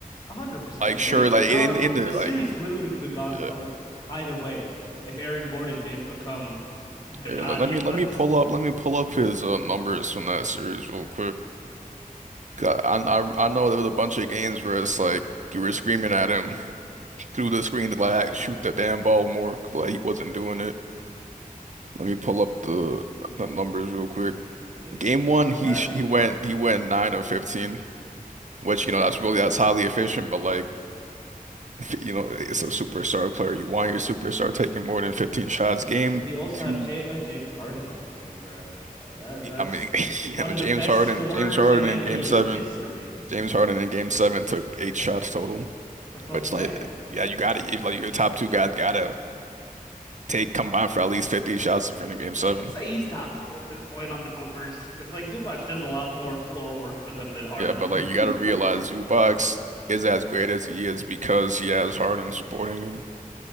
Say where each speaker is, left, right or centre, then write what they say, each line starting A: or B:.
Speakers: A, on the left; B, on the right.
A: one hundred percent.
B: Like
A: The series
B: sure,
A: could
B: like
A: have gone.
B: in in the
A: The
B: like
A: series literally could have gone other
B: uh,
A: either way if Aaron Gordon didn't become the
B: yeah,
A: god
B: let let
A: he
B: me
A: <laughs> was.
B: let me pull up let me pull up his uh, numbers from that series real quick. 'Cause I, I I know there was a bunch of games where it's like you were screaming at him <laughs> through the screen to like shoot the damn ball more, but, like he wasn't doing it. Let me pull up the, the numbers real quick.
A: I mean,
B: Game
A: when you
B: one,
A: also
B: he
A: have
B: sh- he went he went nine of 15, which
A: also,
B: you know that's really that's highly efficient, but like if, you know it's a superstar player. You want your superstar taking more than 15 shots. Game
A: I mean, you also
B: two.
A: have J uh, James Harden on the team, bro. Uh, that's
B: I mean, <laughs> you
A: one
B: know,
A: of
B: James
A: the best
B: Harden,
A: scorers
B: James Harden
A: in NBA
B: in game seven,
A: history.
B: James Harden in game seven took eight shots total,
A: That's what
B: which
A: I'm saying,
B: like,
A: bro.
B: yeah, you gotta, if like your top two guys gotta take combined for at least 50 shots if you're in a game
A: Would
B: seven.
A: you even say he's top two at this point on the Clippers? Because like Zubac does a lot more floor work for them than Harden.
B: Yeah, but like you gotta
A: <laughs>
B: realize
A: Yeah,
B: Zubac is as great as he is because he has Harden supporting him.